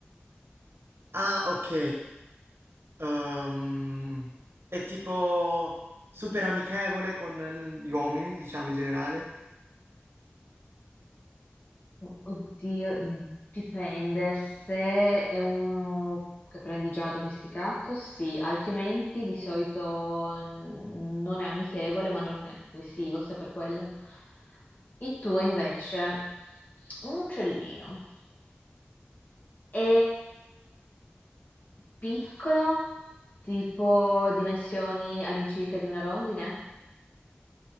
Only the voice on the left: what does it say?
Oddio, dipende. Se è uno che prendi già addomesticato, sì, altrimenti di solito mm, non è amichevole, ma non è neanche aggressivo, se per quello. Il tuo invece, un uccellino. È piccolo, tipo dimensioni all'incirca di una rondine?